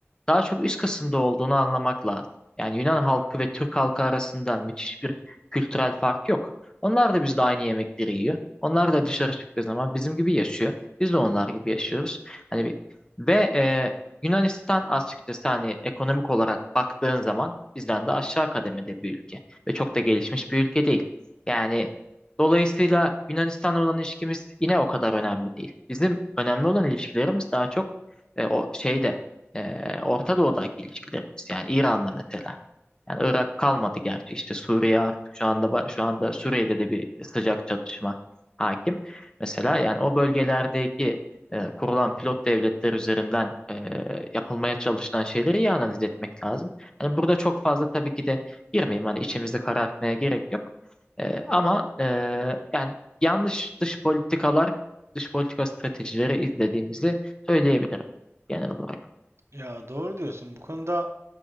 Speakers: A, on the left; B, on the right.
A: daha çok üst kısımda olduğunu anlamak lazım. Yani Yunan halkı ve Türk halkı arasında müthiş bir kültürel fark yok. Onlar da bizde aynı yemekleri yiyor. Onlar da dışarı çıktığı zaman bizim gibi yaşıyor. Biz de onlar gibi yaşıyoruz. Hani bir- ve e, Yunanistan açıkçası hani ekonomik olarak baktığın zaman bizden de aşağı kademede bir ülke ve çok da gelişmiş bir ülke değil. Yani dolayısıyla Yunanistan'la olan ilişkimiz yine o kadar önemli değil. Bizim önemli olan ilişkilerimiz daha çok e, o şeyde e, Orta Doğu'daki ilişkilerimiz yani İran'la mesela. Yani Irak kalmadı gerçi işte Suriye artık şu anda ba- şu anda Suriye'de de bir sıcak çatışma hakim. Mesela yani o bölgelerdeki e, kurulan pilot devletler üzerinden e, yapılmaya çalışılan şeyleri iyi analiz etmek lazım. Hani burada çok fazla tabii ki de girmeyeyim hani içimizi karartmaya gerek yok. E, ama e, yani yanlış dış politikalar, dış politika stratejileri izlediğimizi söyleyebilirim genel olarak.
B: Ya doğru diyorsun. Bu konuda